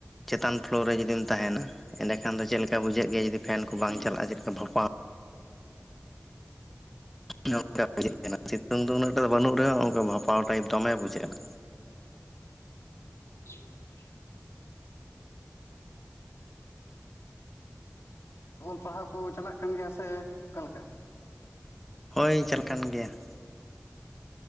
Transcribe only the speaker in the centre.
ᱪᱮᱛᱟᱱ ᱯᱷᱞᱳᱨ ᱨᱮ ᱡᱩᱫᱤᱢ ᱛᱟᱦᱮᱸᱱᱟ, ᱮᱸᱰᱮᱠᱷᱟᱱ ᱫᱚ ᱪᱮᱫ ᱞᱮᱠᱟ ᱵᱩᱡᱷᱟᱹᱜ ᱜᱮᱭᱟ ᱡᱩᱫᱤ ᱯᱷᱮᱱ ᱠᱚ ᱵᱟᱝ
ᱪᱟᱞᱟᱜᱼᱟ ᱪᱮᱫᱠᱟ ᱵᱷᱟᱯᱟᱣ <inaudible>
ᱮᱱᱟ ᱥᱤᱛᱩᱝ ᱫᱚ ᱩᱱᱟᱹᱜ ᱴᱟᱜ ᱵᱟᱹᱱᱩᱜ ᱨᱮᱦᱚᱸ ᱚᱱᱠᱟ ᱵᱷᱟᱯᱟᱣ ᱥᱟᱹᱦᱤᱡ ᱫᱚᱢᱮ ᱵᱩᱡᱷᱟᱹᱜᱼᱟ᱾
ᱦᱳᱭ ᱪᱟᱞᱟ ᱠᱟᱱ ᱜᱮᱭᱟ ᱾